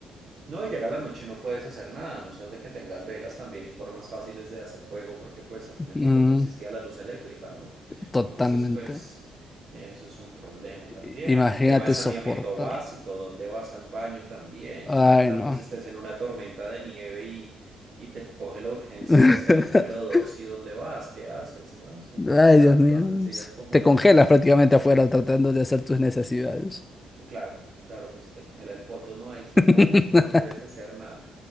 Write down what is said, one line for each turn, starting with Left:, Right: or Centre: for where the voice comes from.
Right: No, y llega la noche y no puedes hacer nada, a no ser de que tengas velas también y formas fáciles de hacer fuego, porque pues a fin de
Left: mm,
Right: cuentas no existía la luz eléctrica, ¿no?
Left: totalmente.
Right: Entonces, pues, eso es un problema también.
Left: I- Imagínate
Right: El tema de saneamiento
Left: soportar.
Right: básico, dónde vas al baño también,
Left: Ay,
Right: y ojalá
Left: no.
Right: pues estés en una tormenta de nieve y, y te coge la urgencia
Left: <laughs>
Right: de hacer el número dos y dónde vas, qué haces, ¿no? Son cosas
Left: Ay,
Right: tan,
Left: Dios mío.
Right: tan sencillas como
Left: Te congelas
Right: eso, sí.
Left: prácticamente afuera tratando de hacer tus necesidades.
Right: Y Claro, claro, pues si te congela el poto, ¿no? Ahí sí
Left: <laughs>
Right: no, no puedes hacer nada.